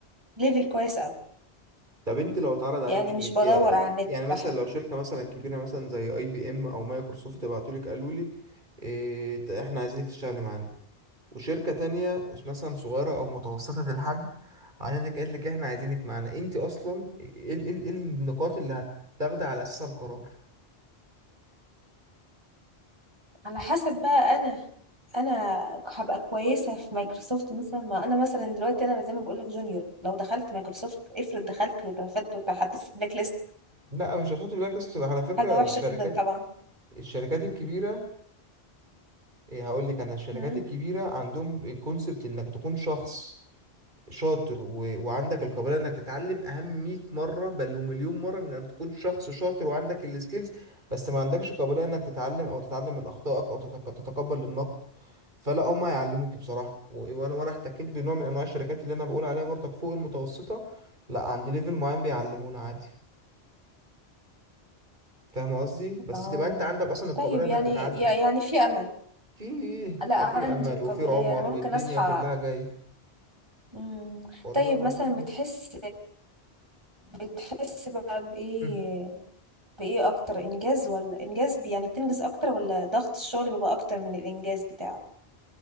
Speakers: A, on the right; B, on the right.
A: ليفل كويس قوي
B: طب انت لو اتعرض عليك
A: يعني
B: انك
A: مش بدور على النت
B: يعني مثلا
A: بح
B: لو شركه مثلا كبيره مثلا زي اي بي ام او مايكروسوفت بعتولك قالوا لك إيه احنا عايزينك تشتغلي معانا وشركه تانية مثلا صغيره او متوسطه الحجم عايزك قالت لك احنا عايزينك معانا انت اصلا ايه ال- ال- ال- النقاط اللي هتاخدي على اساسها القرار
A: على حسب بقى انا انا هبقى كويسه في مايكروسوفت مثلا ما انا مثلا دلوقتي انا زي ما بقول لك جونيور لو دخلت مايكروسوفت افرض دخلت واترفدت واتحطيت في بلاك ليست
B: لا مش هتحط بالعكس على فكره
A: حاجة وحشة
B: الشركات
A: جدا طبعا
B: الشركات الكبيره إيه هقول لك انا الشركات
A: مم.
B: الكبيره عندهم الكونسبت انك تكون شخص شاطر و... وعندك القابليه انك تتعلم اهم 100 مره بل ومليون مره من انك تكون شخص شاطر وعندك السكيلز بس ما عندكش قابليه انك تتعلم او تتعلم من اخطائك او تتق... تتقبل النقد فلا هم هيعلموك بصراحه و... وانا وانا احتكيت بنوع من انواع الشركات اللي انا بقول عليها برضك فوق المتوسطه لا عند ليفل معين بيعلمونا عادي فاهم قصدي بس
A: اه
B: تبقى انت عندك اصلا القابليه
A: طيب
B: انك
A: يعني
B: تتعلم
A: يا- يعني في امل
B: في
A: لا عندي
B: في امل
A: القابلية
B: وفي عمر
A: انا ممكن
B: والدنيا
A: اصحى
B: كلها جاي
A: مم.
B: والله
A: طيب
B: العظيم
A: مثلا بتحس بتحس بقى بايه
B: مم.
A: بايه اكتر انجاز ولا انجاز بي- يعني بتنجز اكتر ولا ضغط الشغل بيبقى اكتر من الانجاز بتاعه